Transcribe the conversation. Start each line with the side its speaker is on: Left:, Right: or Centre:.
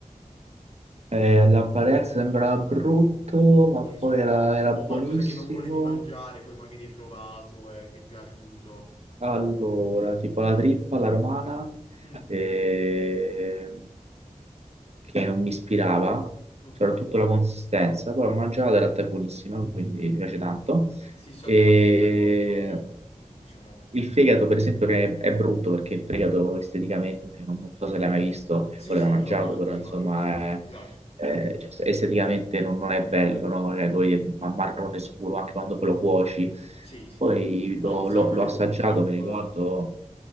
Right: Eh, all'apparenza sembrava brutto, ma poi
Left: non so,
Right: era, era
Left: o qualcosa
Right: buonissimo.
Left: che non volevi mangiare, poi magari hai provato e ti è piaciuto?
Right: Allora, tipo la trippa alla romana,
Left: Mm,
Right: eh, che non mi ispirava,
Left: ok.
Right: soprattutto la consistenza, però l'ho mangiata, in realtà è buonissima, quindi mi piace tanto.
Left: Sì, so
Right: E
Left: che la trippa è molto, mm, diciamo...
Right: il fegato, per esempio, che è, è brutto perché il fegato esteticamente, non, non so se l'hai mai visto
Left: Sì,
Right: o l'hai
Left: sì,
Right: mai
Left: io
Right: mangiato,
Left: lo mangio,
Right: però
Left: lo
Right: insomma,
Left: mangio, sì. Mi
Right: è-
Left: piace.
Right: è- cioè, esteticamente non, non è bello, no? Eh, Lo vedi ma- marrone scuro anche quando poi lo cuoci.
Left: Sì, sì.
Right: Poi
Left: Ha
Right: l'ho
Left: un sapore
Right: l'ho- l'ho assaggiato,
Left: comunque particolare.
Right: mi ricordo,